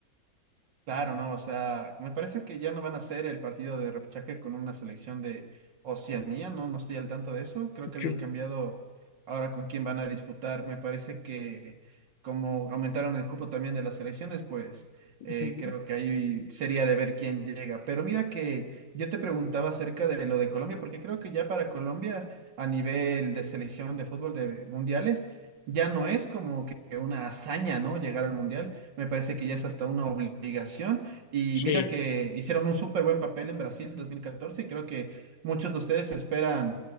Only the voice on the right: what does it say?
Claro, no, o sea, me parece que ya no van a hacer el partido de repechaje con una selección de Oceanía, no, no estoy al tanto de eso. Creo que habían
cambiado ahora con quién van a disputar. Me parece que como aumentaron el cupo también de las selecciones, pues
eh, creo que ahí sería de ver quién llega. Pero mira que yo te preguntaba acerca de lo de Colombia, porque creo que ya para Colombia a nivel de selección de fútbol de mundiales ya no es como que una hazaña, ¿no? Llegar al mundial me parece que ya es hasta una obligación. Y
mira que hicieron un súper buen papel en Brasil en 2014 y creo que muchos de ustedes esperan